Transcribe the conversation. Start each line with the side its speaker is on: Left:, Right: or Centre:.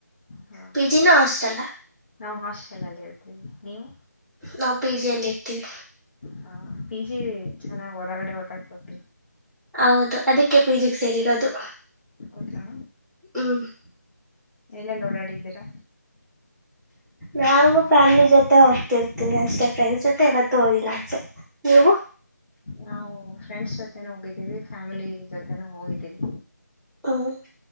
Left: ಹಾ
Centre: ಪಿ ಜಿಿನ ಹಸ್ಟೆಲ್ಲ
Left: ನಾವು ಹಾಸ್ಟೆಲ್ಲ್ಲಿ ಇರ್ತೀವಿ ನೀವು
Centre: ನಾವು ಪಿ ಜಿ ಅಲ್ಲಿ ಇರ್ತೀವಿ
Left: ಹ ಪಿ ಜಿ ಚೆನ್ನಾಗಿ್ ಹೊರಗಡೆ ಓಡಾಡ್ಬೋತ
Centre: ಹೌದು ಅದಕ್ಕೆ ಪೀಜಿಕ್ ಸೇರಿರೋದು
Left: ಹೌದಾ
Centre: ಹ್ಮ
Left: ಎಲ್ಲೆಲ್ಲಿ ಓಡಾಡಿದ್ದೀರಾ
Centre: ನಾವು ಫ್ಯಾಮಿಲಿ ಜೊತೆ ಹೋಗ್ತಿರ್ತೀನಿ ಅಷ್ಟೆ ಫ್ರೆಂಡ್ಸ್ ಜೊತೆ ಇವತ್ತುೂ ಹೋಗಿಲ್ಲ ಆಚೆ ನೀವು
Left: ನಾವು ಫ್ರೆಂಡ್ಸ್ ಜೊತೆನ ಹೋಗಿದ್ದೀವಿ ಫ್ಯಾಮಿಲಿ ಜೊತೆನೂ ಹೋಗಿದ್ದೀವಿ
Centre: ಹ್ಮ್